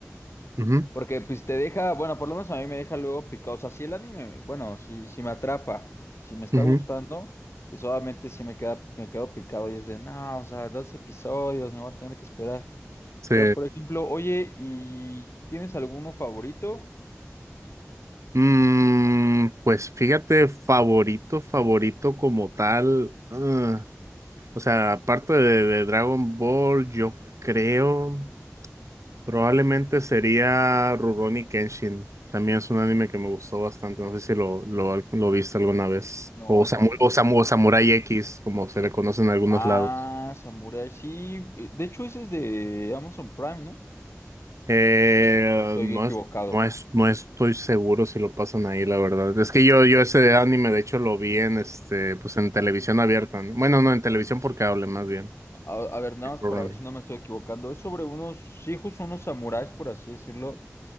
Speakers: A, on the right (about 75°); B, on the left (about 55°).
A: ujú,
B: porque pues te deja, bueno, por lo menos a mí me deja luego picado, o sea, si el anime, bueno, si, si me atrapa, si me está
A: ujú.
B: gustando, pues obviamente sí me queda, me quedo picado y es de, no, o sea, dos episodios, me voy a tener que esperar.
A: Sí.
B: Pero, por ejemplo, oye, ¿y tienes alguno favorito?
A: Mm, pues fíjate, favorito, favorito como tal. ah, o sea, aparte de, de Dragon Ball, yo creo probablemente sería Rurouni Kenshin. También es un anime que me gustó bastante. No sé si lo, lo, lo viste alguna vez.
B: No,
A: O,
B: es
A: Samu-
B: en... es-
A: o, Samu- o Samurai X, como se le conoce en algunos
B: Ah,
A: lados.
B: Samurai, sí. eh, De hecho, ese es de Amazon Prime, ¿no?
A: Eh,
B: ¿O estoy
A: no
B: equivocado?
A: es, no es, no estoy seguro si lo pasan ahí, la verdad. Es que yo, yo ese anime, de hecho, lo vi en este, pues en televisión abierta, ¿no? Bueno, no, en televisión por cable, más bien.
B: A, a ver, nada
A: que
B: más
A: por
B: para
A: running.
B: ver si no me estoy equivocando. Es sobre unos hijos, unos samuráis, por así decirlo.